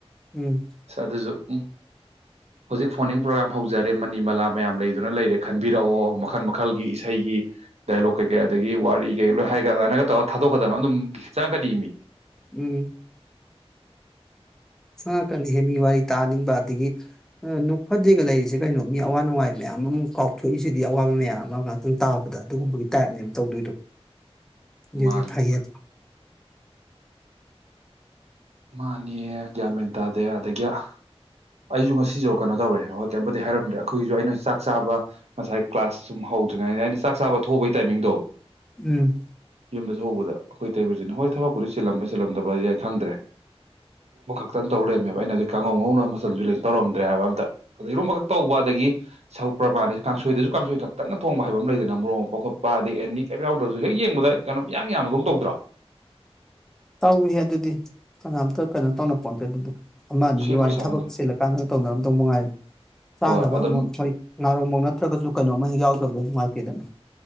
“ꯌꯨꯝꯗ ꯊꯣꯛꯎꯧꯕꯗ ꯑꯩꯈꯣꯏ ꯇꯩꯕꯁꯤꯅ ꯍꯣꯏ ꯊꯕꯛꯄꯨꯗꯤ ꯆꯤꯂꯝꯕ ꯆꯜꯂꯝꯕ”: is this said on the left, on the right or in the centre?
Right